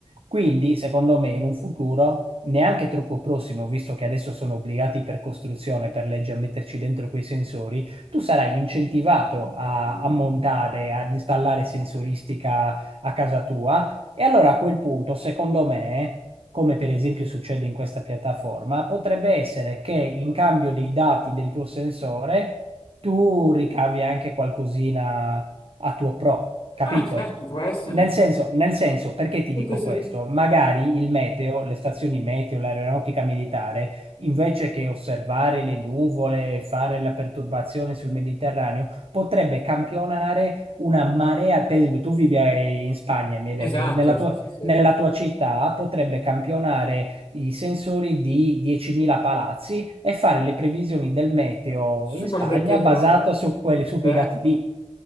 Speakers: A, on the right; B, on the left.
A: Quindi, secondo me, in un futuro neanche troppo prossimo, visto che adesso sono obbligati per costruzione, per legge, a metterci dentro quei sensori, tu sarai incentivato a, a montare, ad installare sensoristica a casa tua. E allora a quel punto, secondo me, come per esempio succede in questa piattaforma, potrebbe essere che in cambio dei dati del tuo sensore tu ricavi anche qualcosina a tuo pro, capito?
B: Ah, certo, può essere.
A: Nel senso, nel senso, perché ti dico
B: Sì, sì, sì,
A: questo?
B: sì.
A: Magari il meteo, le stazioni meteo, l'aeronautica militare, invece che osservare le nuvole e fare la perturbazione sul Mediterraneo, potrebbe campionare una marea. Per esempio, tu vivi ai- in Spagna, mi hai detto,
B: Esatto,
A: nella tua,
B: sì, sì, sì.
A: nella tua città potrebbe campionare i sensori di 10.000 palazzi e fare le previsioni del meteo
B: Super
A: in Spagna
B: dettagliate.
A: basata su quelli, su
B: Certo.
A: quei dati lì.